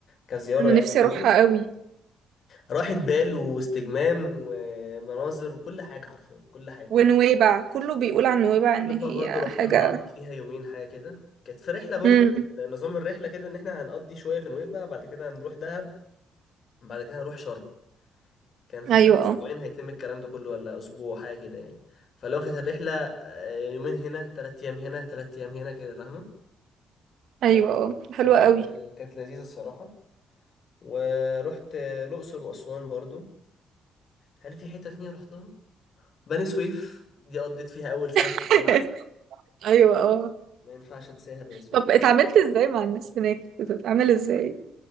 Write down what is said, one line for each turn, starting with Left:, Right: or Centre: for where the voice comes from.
Left: كزيارة
Right: انا
Left: يعني
Right: نفسي
Left: كده
Right: اروحها قوي
Left: راحة بال واستجمام ومناظر وكل حاجة حرفيا كل حاجة
Right: ونويبع كله بيقول عن نويبع
Left: وببقى
Right: ان هي
Left: برضو رحتها
Right: حاجة
Left: قعدت فيها يومين حاجة كده كانت في رحلة برضو
Right: امم
Left: كان نظام الرحلة كده إن إحنا هنقضي شوية في نويبع بعد كده هنروح دهب بعد كده هنروح شرم كان في
Right: ايوه
Left: خلال اسبوعين
Right: اه
Left: هيتم الكلام ده كله ولا اسبوع حاجه كده يعني فلو كانت الرحله آه، يومين هنا ثلاث ايام هنا ثلاث ايام هنا كده فاهمه
Right: ايوه
Left: بس
Right: اه حلوة
Left: كانت
Right: قوي
Left: كانت لذيذه الصراحه ورحت آه، الاقصر واسوان برضو هل في حته تانية رحتها بني سويف دي قضيت فيها اول سنه في
Right: <laughs>
Left: الجامعه
Right: ايوه اه
Left: ما ينفعش انساها بني سويف
Right: طب
Left: دي
Right: اتعاملت ازاي مع الناس هناك كنت بتتعامل ازاي